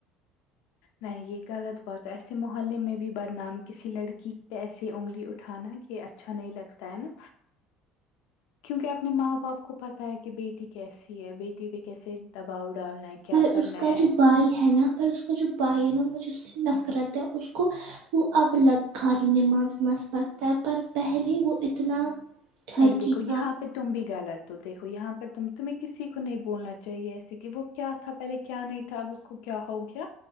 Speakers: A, on the left (about 75°); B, on the right (about 75°).
A: نہیں یہ غلط بات ہے ایسے محلے میں بھی بدنام کسی لڑکی پیسے انگلی اٹھانا یہ اچھا نہیں لگتا ہے نا کیونکہ اپنے ماں باپ کو پتا ہے کہ بیٹی کیسی ہے بیٹی پہ کیسے دباؤ ڈالنا ہے کیا
B: پر
A: کرنا
B: اس کا
A: ہے
B: جو بھائی ہے نا پر اس کا جو بھائی ہے نا مجھے اس سے نفرت ہے اس کو وہ اب الگ خالی نماز وماز پڑھتا ہے پر پہلے وہ اتنا ٹھرکی
A: نہیں دیکھو
B: تھا
A: یہاں پہ تم بھی غلط ہو دیکھو یہاں پر تم تمہیں کسی کو نہیں بولنا چاہیے ایسے کہ وہ کیا تھا پہلے کیا نہیں تھا اب اس کو کیا ہو گیا